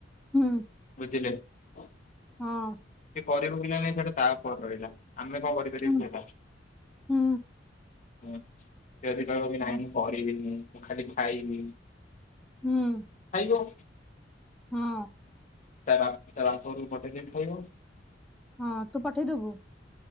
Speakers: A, in the centre; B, on the left (about 40°).
A: ହୁଁ।
B: ଜିଲି। <unintelligible>
A: ହଁ।
B: କରିବୁ ପିଲା ନାଇଁ ସେଟା ତା ଉପରେ ରହିଲା, ଆମେ କଣ କରିପାରିବୁ
A: ହୁଁ
B: ସେଇଟା।
A: ହୁଁ
B: ହଁ ସେ ବି କହିବକି
A: ହଁ
B: ନାଇଁ ମୁଁ କରିବିନି, ମୁଁ ଖାଲି ଖାଇବି।
A: ହୁଁ
B: <unintelligible>
A: ହଁ।
B: ତା ବା ତା ବାପ ଘରକୁ ପଠେଇ ଦେନେ ଖାଇବ।
A: ହଁ ତୁ ପଠେଇଦବୁ?